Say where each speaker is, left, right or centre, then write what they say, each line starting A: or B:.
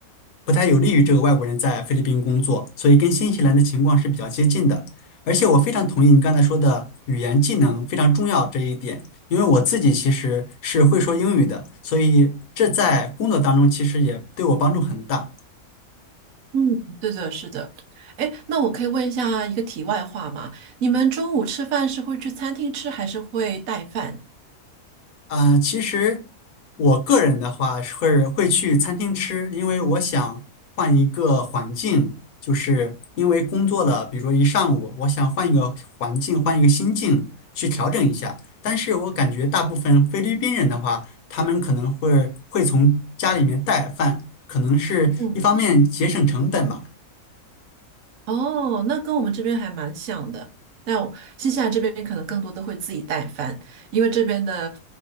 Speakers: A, on the left; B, on the right.
A: 不太有利于这个外国人在菲律宾工作，所以跟新西兰的情况是比较接近的。而且我非常同意你刚才说的语言技能非常重要这一点，因为我自己其实是会说英语的，所以这在工作当中其实也对我帮助很大。
B: 嗯，对的，是的。哎，那我可以问一下一个题外话吗？你们中午吃饭是会去餐厅吃，还是会带饭？
A: 啊，呃其实我个人的话是会会去餐厅吃，因为我想换一个环境，就是因为工作了，比如说一上午，我想换一个环境，换一个心境去调整一下。但是我感觉大部分菲律宾人的话，他们可能会会从家里面带饭，可能是一方面节省成本吧。
B: 嗯，哦，那跟我们这边还蛮像的。那我新西兰这边可能更多的会自己带饭，因为这边的